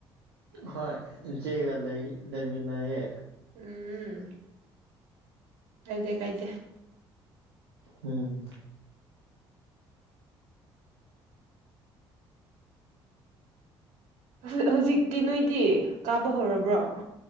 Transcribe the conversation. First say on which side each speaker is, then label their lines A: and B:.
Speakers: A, on the right; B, on the right.
A: ꯍꯣꯏ ꯏꯆꯦꯒ ꯂꯩ ꯂꯩꯃꯤꯟꯅꯩꯌꯦ
B: ꯎꯝ ꯀꯥꯏꯗ ꯀꯥꯏꯗꯦ
A: ꯎꯝ
B: ꯍꯧ ꯍꯧꯖꯤꯛꯇꯤ ꯅꯣꯏꯗꯤ ꯀꯥꯕ ꯍꯧꯔꯕ꯭ꯔꯣ